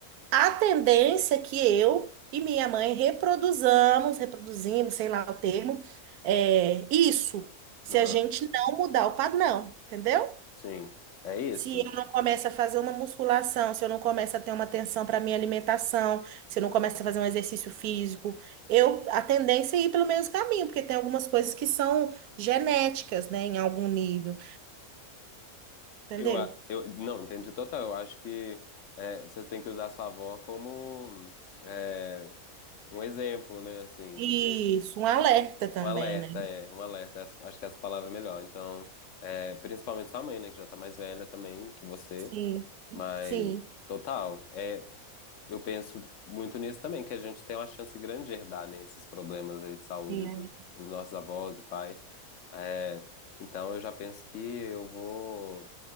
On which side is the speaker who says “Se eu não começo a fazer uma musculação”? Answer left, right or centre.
Right